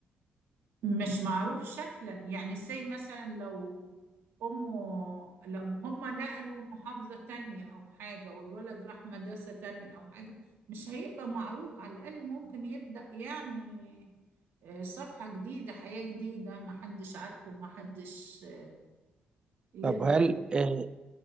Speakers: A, on the right; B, on the right.
A: مش معروف شكلا يعني زي مثلا لو أمه لو هما نقلوا محافظة تانية أو حاجة والولد راح مدرسة تانية أو حاجة مش هيبقى معروف على الأقل ممكن يبدأ يعني آه، صفحة جديدة حياة جديدة محدش عارفه محدش يقدر
B: طب هل آه،